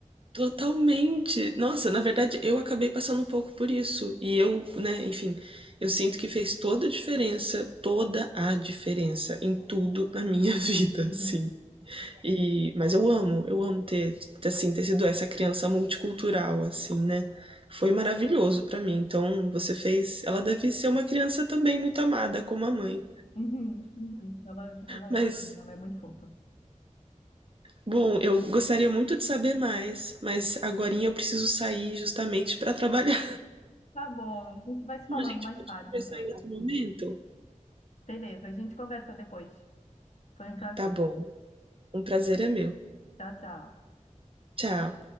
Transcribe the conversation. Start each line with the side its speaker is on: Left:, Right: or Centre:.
Right: Totalmente. Nossa, na verdade, eu acabei passando um pouco por isso. E eu, né, enfim, eu sinto que fez toda a diferença, toda a diferença em tudo na minha <laughs> vida,
Left: Uhum.
Right: assim. E, mas eu amo, eu amo ter, assim, ter sido essa criança multicultural, assim, né? Foi maravilhoso pra mim. Então, você fez. Ela deve ser uma criança também muito amada, como a mãe.
Left: Uhum. Uhum. Ela, ela
Right: Mas,
Left: é assim, ela é muito fofa.
Right: bom, eu gostaria muito de saber mais, mas agora eu preciso sair justamente pra trabalhar.
Left: Tá bom, a gente vai se
Right: <laughs>
Left: falando
Right: A gente
Left: mais
Right: pode
Left: tarde,
Right: conversar
Left: então.
Right: em outro momento?
Left: Beleza, a gente conversa depois. Foi um prazer.
Right: Tá bom, um prazer é meu.
Left: Tchau, tchau.
Right: Tchau.